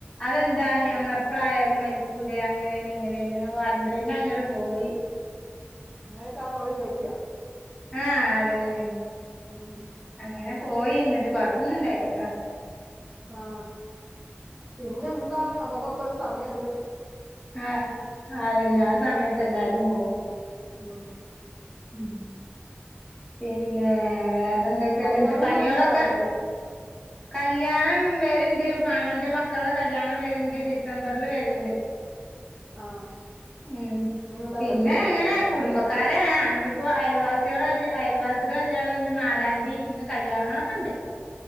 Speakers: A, on the left (about 15°); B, on the right (about 20°).
A: അതെന്താണ്?
B: ആഹ്
A: നമ്മൾ എപ്പഴായാലും മരിക്കും. ക്കൂലെയ്. അങ്ങനെയാണ്, ഇങ്ങനെയാണ് പറഞ്ണ്ട് പിന്നെ അങ്ങട്ട് പോയി <inaudible>
B: അങ്ങനെ കാണ ഓ ചോദിക്കാ
A: ആ അതന്നെണ്.
B: ഉം
A: അങ്ങനെ പോയി, ഇന്നിട്ട് കൊഴപ്പൊന്നും ഇണ്ടായില്ലട്ടോ.
B: ആഹ പിന്നെ എന്താണ് അമ്മകൊക്കെ ഒരു സമയമുണ്ട്
A: ആ, അതന്നെ. ആ സമയത്ത് എല്ലാരും പോവും.
B: ഉം.
A: ഉം പിന്നെ വേറെന്തൊക്കെയ
B: കല്യാണങ്ങളൊന്നും
A: എന്നിട്ട് പണികളൊക്കെ
B: ഉണ്ടാവലില്ലേ
A: കല്ല്യാണം വര്ണ്ട് മാമന്റെ മക്കളെ കല്യാണം വര്ണ്ട് ഡിസംബറില് വരുണ്ട്
B: ആഹ്
A: ഉം
B: ഇനിയുണ്ടല്ലോ
A: പിന്നെ
B: ഡിസംബറിലേക്ക്
A: എങ്ങനെ
B: ല്ലേ
A: കുടുംബക്കാരെ ഇനിയിപ്പോ അയൽവാസിളെ അയൽവാസിടേ കല്യാണം ഉണ്ട് നാലാന്തി ഇങ്ങനെ കല്യാണങ്ങളൊക്കെ ഉണ്ട്